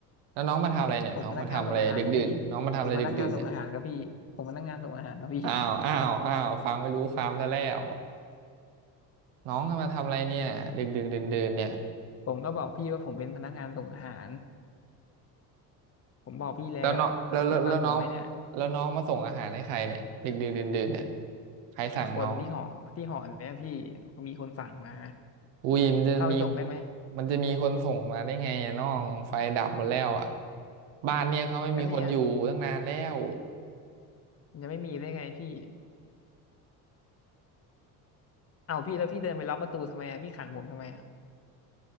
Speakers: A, on the right (about 70°); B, on the left (about 30°).
A: แล้วน้องมาทำอะไรเนี่ยน้องมาทำอะไรดึกดื่นน้องมาทำอะไรดึกดื่นเนี่ย
B: ผมพนักงานส่งอาหารครับพี่ผมพนักงานส่งอาหารครับพี่ผมพนักงานส่งอาหารครับพี่
A: อ้าวอ้าวอ้าวฟังไม่รู้ความซะแล้วน้องมาทำอะไรเนี่ยดึกดึกดื่นดื่นเนี่ย
B: ผมก็บอกพี่ว่าผมเป็นพนักงานส่งอาหารผมบอกพี่แล้วพี่ฟังผมไหมเนี่ย
A: แล้วน้องแล้วแล้วแล้วน้องแล้วน้องมาส่งอาหารให้ใครเนี่ยดึกดึกดื่นดื่นเนี่ยใครสั่งน้อง
B: ให้คนที่หอที่หอเนี่ยพี่มีคนสั่งมา
A: อุ้ยมันจะมี
B: ผมเข้าไปส่งได้ไหม
A: มันจะมีคนส่งมาได้ไงอะน้องไฟดับหมดแล้วอ่ะบ้านเนี่ยเขาไม่มีคนอยู่ตั้งนานแล้ว
B: ก็เนี่ยมันจะไม่มีได้ไงพี่เอ้าพี่แล้วพี่เดินไปล็อกประตูทำไมอ่ะพี่ขังผมทำไมอ่ะ